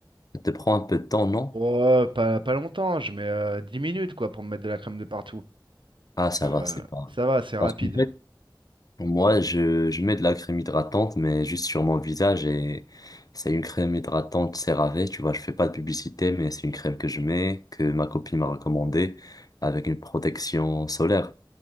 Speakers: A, on the left (about 50°); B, on the right (about 80°).
A: Ça te prend un peu de temps, non?
B: Oh, pas, pas longtemps, je mets euh, 10 minutes quoi pour me mettre de la crème de partout.
A: Ah
B: Donc
A: ça
B: euh,
A: va, c'est pas.
B: ça va, c'est rapide.
A: Parce que Moi, je, je mets de la crème hydratante, mais juste sur mon visage et c'est une crème hydratante CeraVe. Tu vois, je fais pas de publicité, mais c'est une crème que je mets, que ma copine m'a recommandée avec une protection solaire.